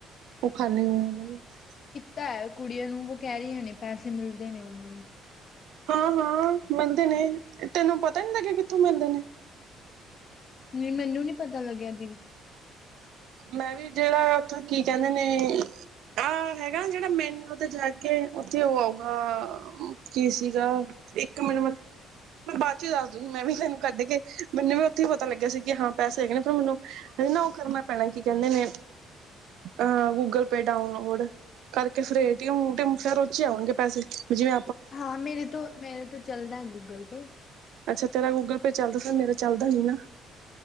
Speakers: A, on the right; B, on the left.
A: ਉਹ <unintelligible>
B: ਤਾਂ ਕੁੜੀਆਂ ਨੂੰ ਵ ਕਹਿ ਰਹੀਆਂ ਨੇ ਪੈਸੇ ਮਿਲਦੇ ਨੇ ਉਹਨਾ ਨੂੰ
A: ਹਾਂ-ਹਾਂ, ਮਿਲਦੇ ਨੇ, ਤੈਨੂੰ ਪਤਾ ਨੀ ਲਗਿਆ ਕਿਥੋ ਮਿਲਦੇ ਨੇ
B: ਨੀ ਮੈਨੂੰ ਨੀ ਪਤਾ ਲਗਿਆ ਦੀ
A: ਮੈਂ ਵੀ ਜਿਹੜਾ ਉਥੇ ਕੀ ਕਹਿਦੇ ਨੇ ਆਹ ਹੈਗਾ ਜਿਹੜਾ ਮੈਨਿਊ ਤੇ ਜਾ ਕੇ ਉਥੇ ਉਹ ਆਊਗਾ ਕੀ ਸੀਗਾ ਇੱਕ ਮਿੰਟ ਮ ਮੈਂ ਬਾਅਦ ਚ ਦੱਸ ਦੂੰਗੀ ਮੈਂ ਵੀ ਤੈਨੂੰ ਕਦ ਕੇ, ਮੈਨੂੰ ਵੀ ਉਥੇ ਹੀ ਪਤਾ ਲਗਿਆ ਸੀ ਕਿ ਹਾਂ ਪੈਸੇ ਹੈਗੇ ਨੇ ਫੇਰ ਮੈਨੂੰ ਫੇਰ ਨਾ ਉਹ ਕਰਨਾ ਪੈਣਾ ਕੀ ਕਹਿਦੇ ਨੇ ਅਹ ਗੂਗਲ ਪੇ ਡਾਊਨਲੋਡ ਕਰਕੇ ਫੇਰ ਏ-ਟੀ-ਐਮ, ਉ-ਟੀ-ਐਮ ਫੇਰ ਉੱਚ ਹੀ ਆਵਾਂਗੇ ਪੈਸੇ ਵੀ ਜਿਵੇ
B: ਹਾਂ, ਮੇਰੇ ਤੋਂ ਮੇਰੇ ਤੋਂ ਚਲਦਾ ਹੈ ਗੂਗਲ ਪੇ
A: ਅਛਾ ਤੇਰਾ ਗੂਗਲ ਪੇ ਚਲਦਾ ਫੇਰ ਮੇਰਾ ਚਲਦਾ ਨੀ ਨਾ